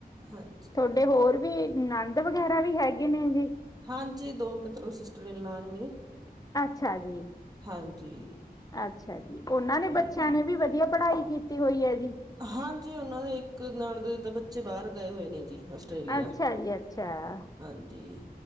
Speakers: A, on the right (about 25°); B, on the left (about 25°).
A: ਹਾਂਜੀ
B: ਤੁਹਾਡੇ ਹੋਰ ਵੀ ਨੰਦ ਵਗੈਰਾ ਵੀ ਹੈਗੇ ਨੇ ਜੀ
A: ਹਾਂਜੀ ਦੋ ਮਤਲਬ ਸਿਸਟਰ ਇਨ ਲਾ ਨੇ ਮੇਰੇ
B: ਅੱਛਾ ਜੀ
A: ਹਾਂਜੀ
B: ਅੱਛਾ ਜੀ ਉਹਨਾਂ ਨੇ
A: ਹਾਂ
B: ਬੱਚਿਆਂ ਨੇ ਵੀ ਵ <unintelligible> ਪੜ੍ਹਾਈ ਕੀਤੀ ਹੋਈ ਹੈ ਜੀ
A: ਹਾਂਜੀ ਓਨਾਂ ਦੇ ਇੱਕ ਨਨਾਣ ਦੇ ਤਾਂ ਬੱਚੇ ਬਾਹਰ ਗਏ ਹੋਏ ਨੇ ਜੀ, ਅਸ ਟ੍ਰੇਲੀਆ
B: ਅੱਛਾ ਜੀ ਅੱਛਾ
A: ਹਾਂਜੀ।